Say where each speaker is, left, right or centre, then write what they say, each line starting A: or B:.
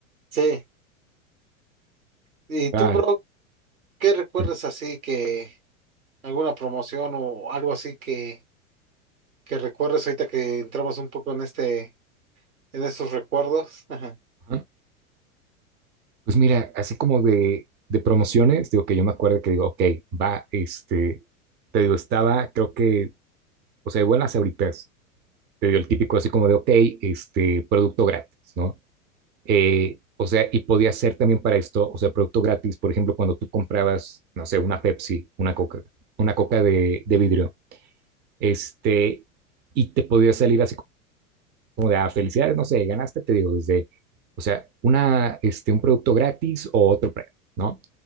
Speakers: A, on the right (about 80°); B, on the right (about 25°).
A: Sí. ¿Y tú,
B: Claro.
A: bro, qué recuerdas
B: Ujú.
A: así que alguna promoción o algo así que, que recuerdes ahorita que entramos un poco en este, en estos recuerdos? Ajá.
B: Ajá. Pues mira, así como de, de promociones, digo que yo me acuerdo que digo, ok, va, este, te digo, estaba, creo que, o sea, igual las Sabritas, te digo, el típico así como de, ok, este, producto gratis, ¿no? Eh, o sea, y podía ser también para esto, o sea, producto gratis, por ejemplo, cuando tú comprabas, no sé, una Pepsi, una Coca, una Coca de, de vidrio este, y te podría salir así como de, ah, felicidades, no sé, ganaste, te digo, desde, o sea, una, este, un producto gratis o otro premio, ¿no?